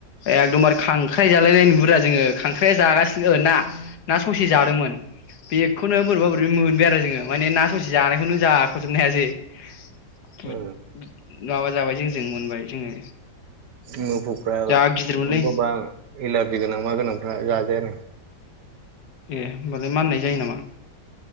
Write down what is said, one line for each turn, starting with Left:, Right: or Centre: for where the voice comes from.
Left: एकदमबारे खांक्राय जालायनाय नुयोरा जोङो। मोख्राया जागासिनो ना ना ससे जादोंमोन बेखौनो बोरैबा बोरैबा मोनबाय आरो जोङो माने ना ससे जानायखौनो जाख'जोबनो हायासै। <unintelligible>
Right: ओ
Left: जों मोनबाय जोङो।
Right: मोफौफ्रा अबबा
Left: जा गिदिरमोनलै
Right: अबबा एलारजि गोनां मा गोनांफ्रा जाजायानो।
Left: ए होमबालाय माननाय जायो नामा।